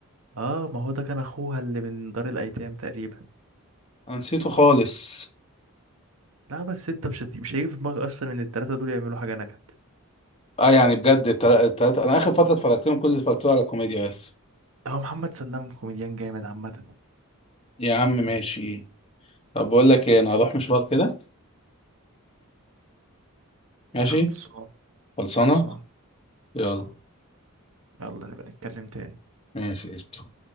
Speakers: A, on the right (about 70°); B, on the left (about 30°).
A: اه ما هو ده كان اخوها اللي من دار الايتام تقريبا
B: انا نسيته خالص
A: لا بس انت مش هت- مش هيجي في دماغك اصلا ان التلاتة دول يعملوا حاجة نكد
B: اه يعني بجد التلا- التلاتة انا اخر فترة اتفرجت لهم كل اللي اتفرجت له على كوميديا بس
A: هو محمد سلام كوميديان جامد عامة
B: يا عم ماشي طب بقول لك ايه انا هروح مشوار كده ماشي
A: يا خلصان
B: خلصانة
A: خلصان
B: يلا
A: خلصان يلا نبقى نتكلم تاني
B: ماشي قشطة